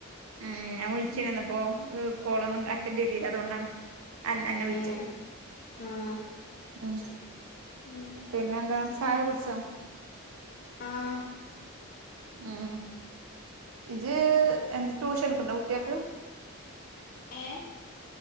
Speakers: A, on the right; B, on the left.
A: ഉം ഞാൻ വിൾച്ചി അന്നപ്പോ കോളൊന്നും അറ്റന്റെയ്തില്ല. അതുകൊണ്ടാണ്. അ അന്നെ വിൾച്ച
B: ഏഹ് ആഹ്
A: ഉം
B: ഉം
A: പിന്നെന്താ ചായ കുട്ച്ചോ?
B: ആഹ്
A: ഉം ജ്ജ് ട്യൂഷൻ ഇട്ക്ക്ണ്ടോ കുട്ട്യാക്ക്?
B: ഏഹ്